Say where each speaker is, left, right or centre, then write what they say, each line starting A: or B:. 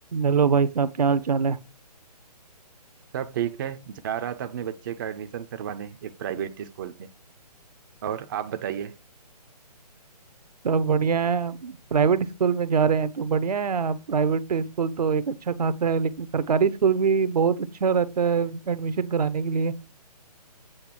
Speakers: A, on the right; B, on the right.
A: Hello भाई साहब क्या हाल चाल है
B: सब ठीक है जा रहा था अपने बच्चे का एडमिशन करवाने एक प्राइवेट स्कूल में और आप बताइए
A: सब बढ़िया है प्राइवेट स्कूल में जा रहे हैं तो बढ़िया है आप प्राइवेट स्कूल तो एक अच्छा खासा है लेकिन सरकारी स्कूल भी बहुत अच्छा रहता है एडमिशन कराने के लिए